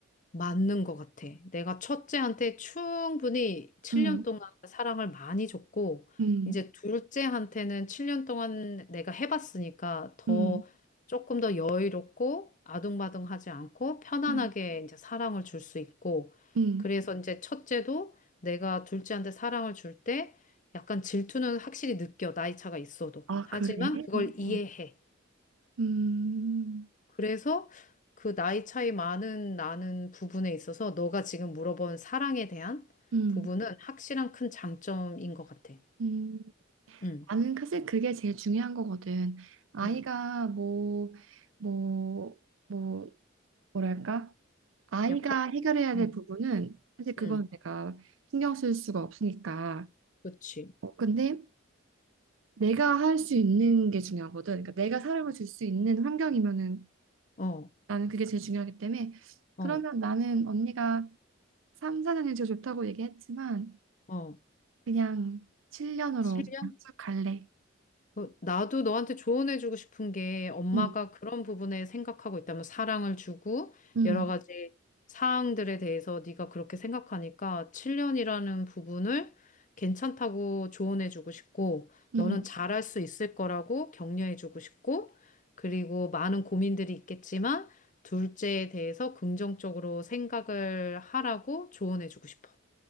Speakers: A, on the left (about 40°); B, on the right (about 80°).
A: 맞는 것 같아. 내가 첫째한테 충분히 7년
B: 응,
A: 동안 사랑을 많이 줬고,
B: 응.
A: 이제 둘째한테는 7년 동안 내가 해봤으니까 더
B: 음,
A: 조금 더 여유롭고 아둥바둥하지 않고 편안하게
B: 음,
A: 이제 사랑을 줄 수 있고,
B: 음.
A: 그래서 이제 첫째도 내가 둘째한테 사랑을 줄 때 약간 질투는 확실히 느껴, 나이 차가 있어도.
B: 아,
A: 하지만
B: 그래?
A: 그걸 이해해.
B: 어, 음,
A: 그래서 그 나이 차이 많은 나는 부분에 있어서 너가 지금 물어본 사랑에 대한
B: 음,
A: 부분은 확실한 큰 장점인 것 같아.
B: 음.
A: 응,
B: 나는 사실 그게 제일 중요한 거거든. 아이가
A: 응.
B: 뭐, 뭐, 뭐, 뭐랄까? 아이가
A: 약간,
B: 해결해야 될
A: 응,
B: 부분은 사실 그건
A: 응.
B: 내가 신경 쓸 수가 없으니까.
A: 그치.
B: 어, 근데 내가 할 수 있는 게 중요하거든. 그러니까 내가 사랑을 줄 수 있는 환경이면은
A: 어,
B: 나는 그게 제일 중요하기 때문에
A: 어,
B: 그러면 나는 언니가 3, 4년이 제일 좋다고 얘기했지만
A: 어.
B: 그냥 7년으로
A: 칠년
B: 쭉 갈래.
A: 어, 나도 너한테 조언해주고 싶은 게 엄마가
B: 응,
A: 그런 부분에 생각하고 있다면 사랑을 주고
B: 응,
A: 여러 가지 사항들에 대해서 네가 그렇게 생각하니까 7년이라는 부분을 괜찮다고 조언해주고 싶고
B: 응.
A: 너는 잘할 수 있을 거라고 격려해주고 싶고 그리고 많은 고민들이 있겠지만 둘째에 대해서 긍정적으로 생각을 하라고 조언해주고 싶어.